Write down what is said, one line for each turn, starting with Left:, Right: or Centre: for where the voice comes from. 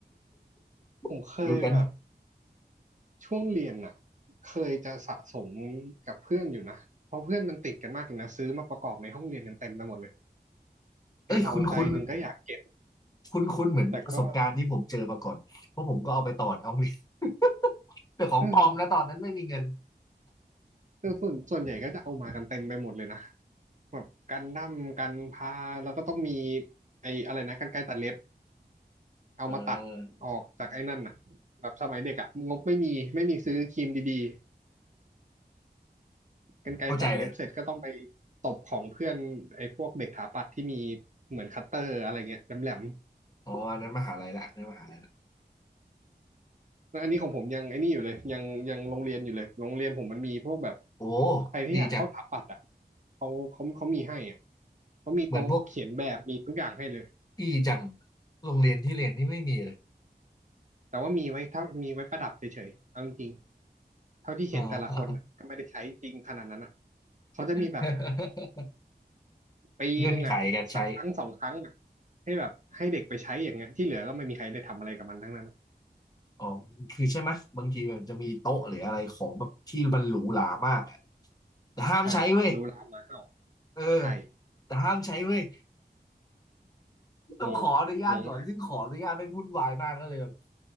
Right: ผมเคยแบบ
Left: <laughs> ดูกัน
Right: ช่วงเรียนอ่ะเคยจะสะสมกับเพื่อนอยู่นะเพราะเพื่อนมันติดกันมากเลยนะซื้อมาประกอบในห้องเรียนกันเต็มไปหมดเลยไอ้เราใจหนึ่งก็อยากเก็บ
Left: เอ้ยคุ้นคุ้นคุ้นคุ้นเหมือนประสบการณ์ที่ผมเจอมาก่อนเพราะผมก็เอาไปต่อในห้องเรียน
Right: แต่ก็
Left: <laughs> แต่ของปลอมนะตอนนั้นไม่มีเงิน
Right: เออเออส่วนส่วนใหญ่ก็จะเอามากันเต็มไปหมดเลยนะแบบกันดั้มกันพาแล้วก็ต้องมีไอ้อะไรนะกรรไกรตัดเล็บเอามาตัดออกจากไอ้นั่นอ่ะแบบสมัยเด็กอ่ะงบไม่มีไม่มีซื้อครีมดี
Left: เออ
Right: กรรไกรตัดเล็บเสร็จก็ต้องไป
Left: เข้าใจเลย
Right: ตบของเพื่อนไอ้พวกเด็กถาปัดที่มีเหมือนคัตเตอร์อะไรเงี้ยแหลม
Left: อ๋ออันนั้นมหาลัยละอันนั้นมหาลัยละ
Right: ๆแล้วอันนี้ของผมยังไอ้นี่อยู่เลยยังยังโรงเรียนอยู่เลยโรงเรียนผมมันมีพวกแบบ
Left: โอ้
Right: ใครที่อยากเข้าถาปัดอ่ะ
Left: ดีจัง
Right: เขาเขาเขามีให้อ่ะเขามีโต๊ะเขียนแบบมีทุกอย่างให้เลย
Left: เหมือนพวก ดีจังโรงเรียนที่เรียนนี่ไม่มีเลย
Right: แต่ว่ามีไว้เท่ามีไว้ประดับเฉยๆเอาจริงๆเท่าที่เห็นแต่ละคนน่ะก็ไม่ได้ใช้จริงขนาดนั้นอ่ะ
Left: อ๋อ
Right: เขาจะมีแบบ
Left: <laughs>
Right: ปีหนึ่งอ่ะสักครั้งสองครั้งอ่ะ
Left: เงื่อนไขการใช้
Right: ให้แบบให้เด็กไปใช้อย่างเงี้ยที่เหลือก็ไม่มีใครได้ทำอะไรกับมันทั้งนั้น
Left: อ๋อคือใช่ไหมบางทีมันจะมีโต๊ะหรืออะไรของแบบที่มันหรูหรามากอะแต่ห้ามใช้เว้ย
Right: ใช่รู้ร้านมาเห่า
Left: เออ
Right: ใช่
Left: แต่ห้ามใช้เว้ยต้องขออนุญาตก่อนซึ่งขออนุญาตไม่งวุ่นวายมากก็เลยแบบ
Right: งงงงมาก